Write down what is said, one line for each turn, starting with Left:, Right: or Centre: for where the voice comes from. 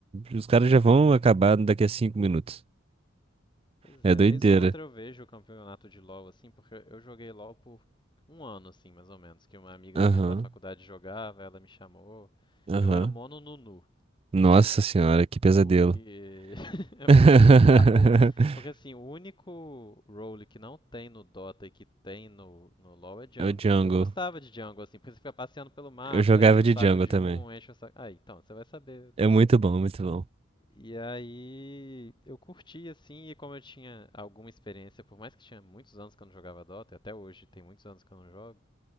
Right: Os caras já vão acabar daqui a cinco minutos.
Left: Pois
Right: É
Left: é,
Right: doideira.
Left: vez ou outra eu vejo o campeonato de LoL, assim, porque eu joguei LoL por um ano, assim, mais ou menos, que uma amiga
Right: Aham,
Left: minha da faculdade jogava, ela me chamou.
Right: aham.
Left: Eu era mono Nunu,
Right: Nossa senhora, que pesadelo.
Left: Porque. <laughs> é
Right: <laughs>
Left: porque, eu- a- o- porque assim, o único role que não tem no Dota e que tem no, no LoL é jungle.
Right: É O Django.
Left: E eu gostava de jungle, assim, porque você fica passeando pelo mapa,
Right: Eu jogava
Left: enche o
Right: de
Left: saco
Right: Django
Left: de
Right: também.
Left: um, enche o saco. Ah, então, você vai saber.
Right: É muito bom, muito bom.
Left: E aí eu curti, assim, e como eu tinha alguma experiência, por mais que tinha muitos anos que eu não jogava Dota, e até hoje tem muitos anos que eu não jogo.